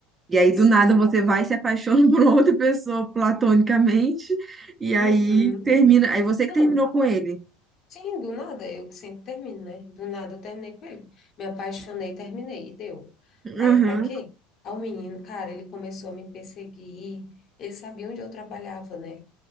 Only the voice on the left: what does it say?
Sim.
Uhum.
Não,
sim, do nada, eu que sempre termino, né? Do nada eu terminei com ele. Me apaixonei, terminei, e deu. Aí
pra quê? Aí o menino, cara, ele começou a me perseguir, ele sabia onde eu trabalhava, né?